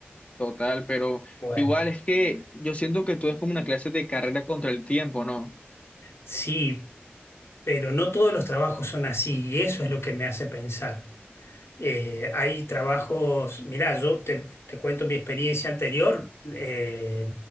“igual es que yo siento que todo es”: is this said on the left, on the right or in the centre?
Left